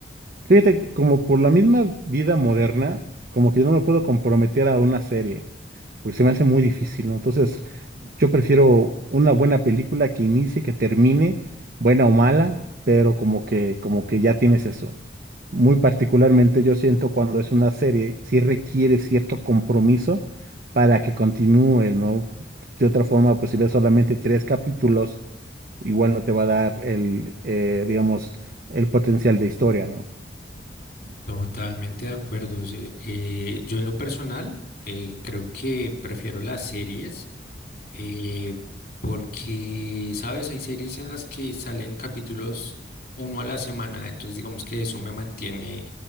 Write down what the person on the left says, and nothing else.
Totalmente de acuerdo. Yo, eh, yo en lo personal eh, creo que prefiero las series eh, porque, sabes, hay series en las que salen capítulos uno a la semana, entonces digamos que eso me mantiene